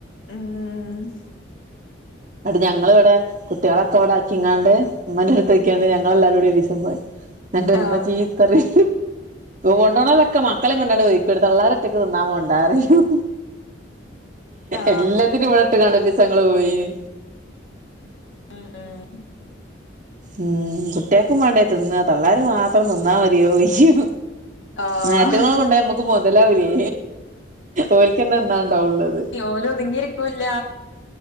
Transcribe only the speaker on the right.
അടെ ഞങ്ങള ഇവിടെ കുട്ടിയാളൊക്കെ ഇവിടെ ആക്കിങ്ങാണ്ട് ഇമ്മന്റെടുത്താക്കിയാണ്ട് ഞങ്ങളെല്ലാരുടിം ഒരീസം പോയി എന്റെ ഇമ്മ
ചീത്തറിം കൊണ്ടോണോരൊക്കെ മക്കളീം കൊണ്ടാണ്ട് പോയിക്കോ തള്ളാരൊറ്റക്ക് തിന്നാ പോണ്ടാറിം
എല്ലാത്തിനും ഇവിടെ ഇട്ട്കാണ്ട് ഒരീസങ്ങള് പോയിന്
ഉം കുട്ടിയാക്കും വാണ്ടേ തിന്ന തള്ളാര് മാത്രം തിന്നാ മതിയോയ്യിക്കും
നേറ്റൊങ്ളെ കൊണ്ടായ നമ് ക്ക് മുതലാവില്ലേ ഓൽക്കന്നെ തിന്നാണ്ടാവുള്ളത്